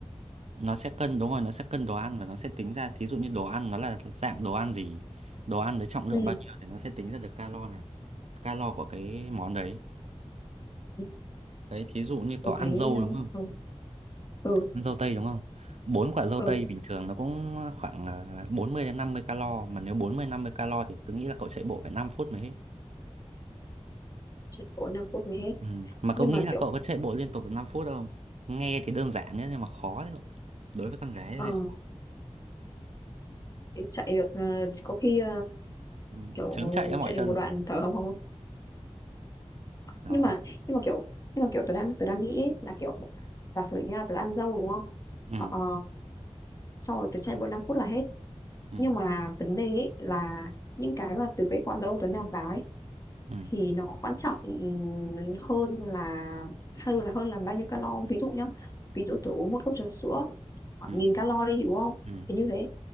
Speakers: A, on the right; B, on the left.
A: nó sẽ cân đúng rồi, nó sẽ cân đồ ăn và nó sẽ tính ra thí dụ như đồ ăn nó là dạng đồ ăn gì, đồ ăn với trọng lượng
B: ừ
A: bao nhiêu thì nó sẽ tính ra được calo này, calo của cái món đấy.
B: ừ,
A: Đấy, thí dụ như
B: tôi
A: cậu ăn
B: thấy
A: dâu đúng không?
B: ừ ừ
A: Ăn dâu tây đúng không? Bốn quả dâu
B: ừ
A: tây bình thường nó cũng khoảng à, bốn mươi đến năm mươi calo mà nếu bốn mươi năm mươi calo thì tôi nghĩ là cậu chạy bộ phải 5 phút mới hết.
B: chỉ có 5 phút mới hết
A: Ừ. Mà
B: nhưng
A: cậu nghĩ
B: mà
A: là
B: kiểu
A: cậu có chạy bộ liên tục được 5 phút không? Nghe thì đơn giản nhé nhưng mà khó đấy. cậu Đối với con gái thì
B: ờ
A: hơi khó.
B: chạy được ờ, có khi
A: Ừ.
B: kiểu
A: Chớm chạy ra mỏi
B: chạy
A: chân
B: được một
A: rồi.
B: đoạn thở hồng hộc
A: Đó.
B: nhưng mà nhưng mà kiểu nhưng mà kiểu tôi đang tôi đang nghĩ ấy, là kiểu giả sử như là tôi ăn dâu đúng không
A: Ừ.
B: ờ, sau rồi tôi chạy bộ 5 phút là hết
A: Ừ.
B: nhưng mà vấn đề ấy là những cái mà từ cái quả dâu tôi nạp vào ấy
A: Ừ.
B: thì nó quan trọng ừm, hơn là hơn là hơn là bao nhiêu calo ví dụ nhá ví dụ tôi uống một cốc trà sữa khoảng
A: Ừ.
B: nghìn calo đi đúng không
A: Ừ.
B: thì như thế